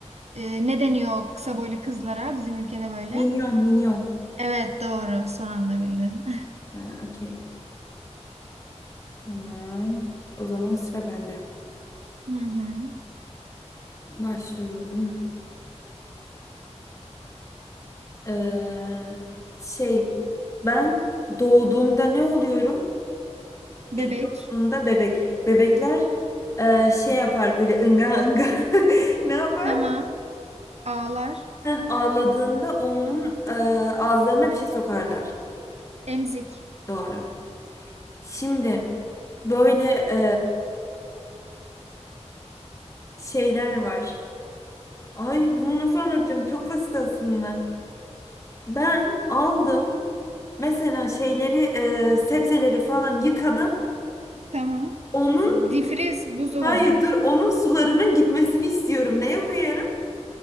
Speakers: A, on the right; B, on the left.
A: e, ne deniyor o kısa boylu kızlara bizim ülkede böyle?
B: Minyon minyon.
A: Evet doğru. Son anda bildin.
B: Aa, okey. Tamam. O zaman sıra bende.
A: <laughs> Hı hı.
B: Başlıyorum. Ee, şey ben doğduğumda ne oluyorum?
A: Bebek.
B: İlk doğduğumda bebek. Bebekler e, şey yapar böyle ınga ınga <laughs> ne yapar?
A: Tamam. Ağlar.
B: Heh, ağladığında onun e, ağızlarına bir şey sokarlar.
A: Emzik.
B: Doğru. Şimdi böyle e, şeyler var. Ay bunu nasıl anlatacağım? Çok basit aslında. Ben aldım mesela şeyleri e, sebzeleri falan yıkadım.
A: Tamam.
B: Onun
A: Difriz. Buzdolabı.
B: hayır dur onun sularının gitmesini istiyorum. Neye koyarım?